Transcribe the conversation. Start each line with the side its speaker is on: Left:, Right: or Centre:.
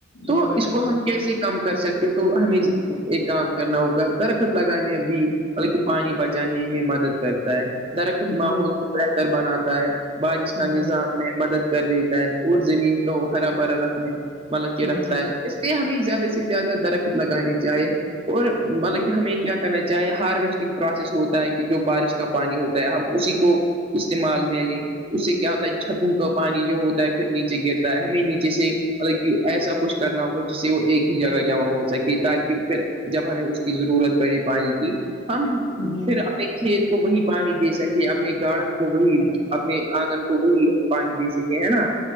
Right: تو
Left: جی بھائی
Right: اس
Left: جان
Right: کو
Left: بولے
Right: ہم کیسے کام کر سکتے تو ہمیں ایک کام کرنا ہوگا درخت لگانے ا بھی ب پانی بچانے میں مدد کرتا ہے درخت
Left: جی
Right: ماحول کو بہتر بناتا ہے بارش کا
Left: جی
Right: نظام میں مدد کر دیتا ہےد زمین کو ہرا بھرا رکھنے مطلب کہ رکھتا
Left: جی
Right: ہے ہمیں زیادہ سے زیادہ درخت لگانی چاہیے اور مطلب کہ ہمیں کیا کرنا چاہے ہارویسٹنگ پروسیس ہوتا ہے کہ جو بارش کا پانی ہوتا ہے ہم اسی کو استعمال میں لیں اس سے کیا ہوتا ہے چھتوں کا پانی جو ہوتا ہے پھر نیچے یچے گرتا ہے ہمیں نیچے سے مطلب کہ ایسا کچھ کرنا ہوگا جس سے وہ ایک ہی جگہ جمع ہو سکے تاکہ پھر جب ہمیں اس کی ضرورت پڑی پانی کی ہم
Left: جی
Right: پھر کھیت کو وہی پانی دے سکے اپنے گارڑن کو وہی اپنے آنگن کو وہی پانی دے سکے ہے نا